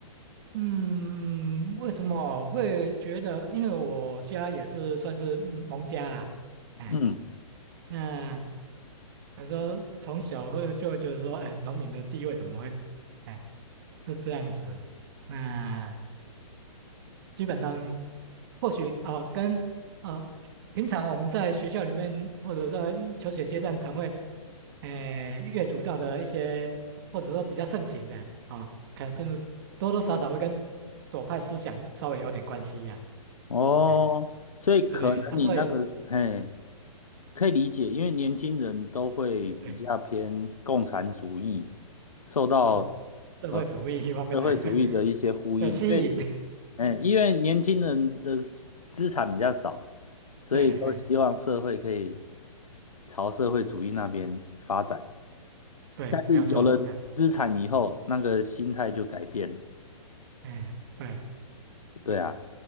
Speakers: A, on the right; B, on the left.
A: 嗯，为什么我会觉得？因为我家也是算是嗯农家啦，哎，
B: 嗯，
A: 那你说从小会就会觉得说，哎，农民的地位怎么会，哎，是这样子，那。基本上或许啊、呃跟啊，平常我们在学校里面或者在求学阶段常会，呃，阅读到的一些或者说比较盛行的啊、可能甚至多多少少会跟左派思想稍微有点关系呀、
B: 哦，
A: 哎，
B: 所以可能你那个，
A: 对不对？啊，所以
B: 嘿，可以理解，因为年轻人都会比较偏共产主义，
A: 对，
B: 受到。
A: 是社会主义方面的
B: 呃。社会主义的一些呼应，
A: <laughs> 的吸引，
B: 因为，嗯，因为年轻人的资产比较少，所以都希望社会可以
A: 对，哎，
B: 朝社会主义那边发展。
A: 对，
B: 但是有了资产以后，
A: 没有错，哎，
B: 那个心态就改变了。
A: 哎，对。
B: 对啊，